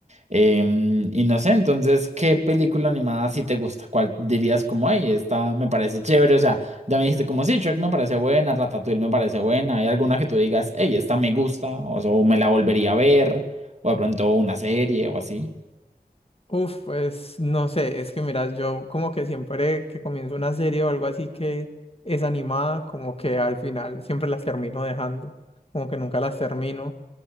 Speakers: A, on the right; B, on the left.
A: Em, y no sé, entonces, ¿qué película animada sí te gusta? ¿Cuál dirías como, hey, esta me parece chévere? O sea, ya me dijiste como, sí, Shrek me parece buena, Ratatouille me parece buena, ¿hay alguna que tú digas, hey, esta me gusta? O sea, o me la volvería a ver, o de pronto una serie o así.
B: Uf, pues no sé, es que mira, yo como que siempre que comienzo una serie o algo así que es animada, como que al final siempre las termino dejando, como que nunca las termino.